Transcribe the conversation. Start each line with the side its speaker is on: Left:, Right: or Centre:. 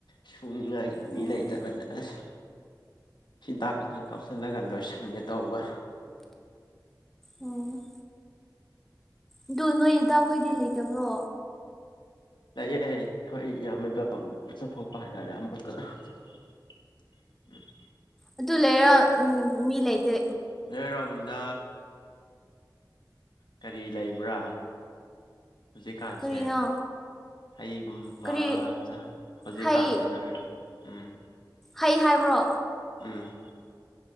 Left: ꯁꯨꯅꯤꯡꯉꯥꯏꯒ ꯃꯤ
Centre: ꯑꯣ
Left: ꯂꯩꯇꯕꯅꯦ ꯑꯁ ꯍꯤꯗꯥꯛ ꯈꯇꯪ ꯀꯥꯞꯁꯤꯜꯂꯒ ꯂꯣꯏꯁꯤꯟꯒꯦ ꯇꯧꯕ
Centre: ꯑꯣ ꯑꯗꯨ ꯅꯣꯏꯗ ꯑꯩꯈꯣꯏꯗꯤ ꯂꯩꯇꯕ꯭ꯔꯣ
Left: ꯂꯥꯛꯑꯦ ꯌꯥꯌꯦ ꯑꯩꯈꯣꯏ ꯌꯥꯝꯕꯗꯣ ꯆꯠꯊꯣꯛꯄ ꯍꯥꯏꯇꯥꯔꯦ ꯑꯃꯨꯛꯀ <unintelligible>
Centre: ꯑꯗꯨ ꯂꯩꯦꯔ ꯎꯝ ꯃꯤ ꯂꯩ ꯂꯩꯗꯦ
Left: ꯅꯣꯏ ꯔꯣꯝꯗ ꯀꯔꯤ ꯂꯩꯕ꯭ꯔꯥ ꯍꯧꯖꯤꯛꯀꯥꯟꯁꯦ
Centre: ꯀꯔꯤꯅꯣ
Left: ꯍꯩꯒꯨꯝꯕ
Centre: ꯀꯔꯤ
Left: ꯍꯧꯖꯤꯛꯀꯥꯟꯁꯤꯅ
Centre: ꯍꯩ
Left: ꯑꯣꯏꯔꯣ ꯎꯝ
Centre: ꯍꯩ ꯍꯥꯏꯕ꯭ꯔꯣ
Left: ꯎꯝ